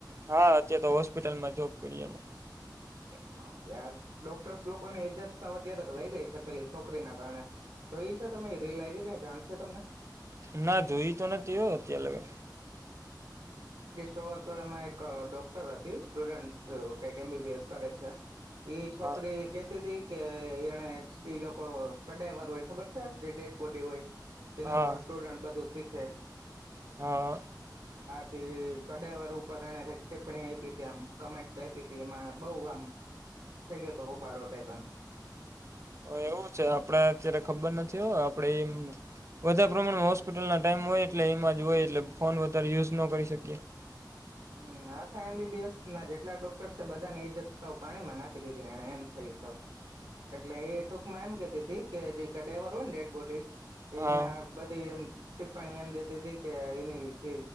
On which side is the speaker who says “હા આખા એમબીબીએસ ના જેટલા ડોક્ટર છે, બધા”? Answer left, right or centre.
Right